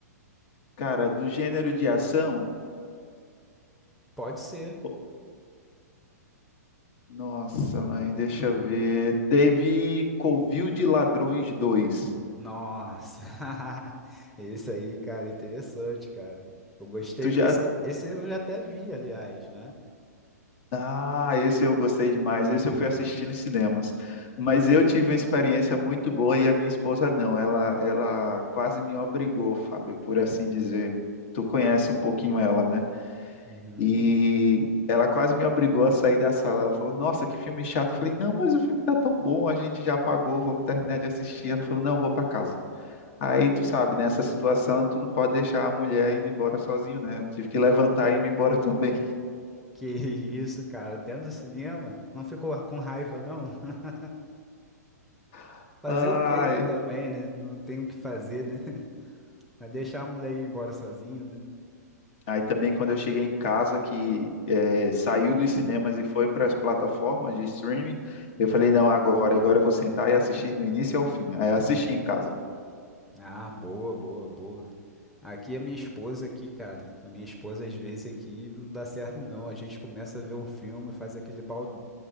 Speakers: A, on the left (about 45°); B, in the centre.
A: Cara, do gênero de ação,
B: Pode ser.
A: pô, nossa, mãe, deixa eu ver. Teve Covil de Ladrões dois.
B: Nossa, <laughs> esse aí, cara, interessante, cara. Eu gostei.
A: Tu já.
B: Esse, esse eu já até vi, aliás, né?
A: Ah, esse eu gostei demais. Esse eu fui assistir nos cinemas. Mas eu tive uma experiência muito boa e a minha esposa não. Ela, ela quase me obrigou, Fábio, por assim dizer. Tu conhece um pouquinho ela, né?
B: Uhum.
A: E ela quase me obrigou a sair da sala. Ela falou: Nossa, que filme chato. Eu falei: Não, mas o filme tá tão bom, a gente já pagou, vamos terminar de assistir. Ela falou: Não, vou pra casa. Aí tu sabe, nessa situação, tu não pode deixar a mulher indo embora sozinho, né? Eu tive que levantar e ir embora também.
B: Que isso, cara, dentro do cinema, não ficou com raiva, não? <laughs>
A: <laughs>
B: Fazer
A: Ai.
B: o quê, né, também, né? Não tem o que fazer, né? <laughs> Mas deixar a mulher ir embora sozinho, né?
A: Aí também quando eu cheguei em casa, que eh, saiu dos cinemas e foi para as plataformas de streaming, eu falei, não, agora, agora eu vou sentar e assistir do início ao fim. Aí eu assisti em casa.
B: Ah, boa, boa, boa. Aqui a minha esposa aqui, cara, a minha esposa às vezes aqui não dá certo não. A gente começa a ver um filme, faz aquele balde,